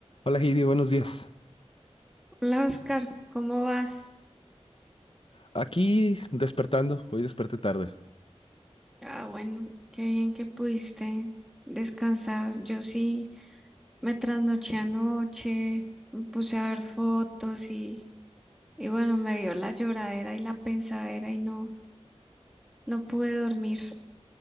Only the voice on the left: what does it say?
Hola Heidi, buenos días.
Aquí despertando, hoy desperté tarde.